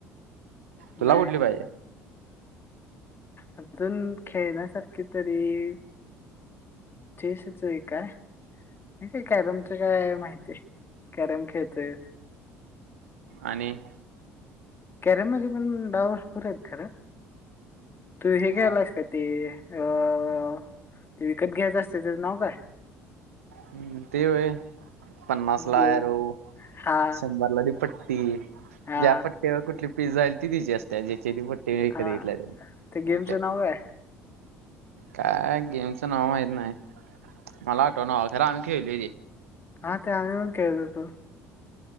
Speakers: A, on the right; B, on the left.
A: तुला
B: नाही
A: उठली पाहिजे.
B: अजून खेळण्यासारखी तरी चेस च काय. काय कॅरमच काय माहितीय कॅरम खेळतोय.
A: आणि आणि
B: कॅरेम मध्ये पण डावस पुर आहेत खरं तू हे
A: हा
B: घ्यायलास का ते अ ते विकत घ्यायचं असते त्याचं नाव काय?
A: हम्म ते होय पन्नास
B: बोल
A: ला यरो
B: हा
A: शंबरला दि प त
B: हा
A: ज्या पट्ट्यावर कुठली पिझ्जाईल ती तिची असते ज्याची ती प. ते
B: हा
A: कर
B: गेमचं
A: ते
B: नाव काय
A: काय गेमचं नाव माहित नाही मला आठवण खर आम्ही खेळलू तेे
B: हा ते आम पण केतो तो.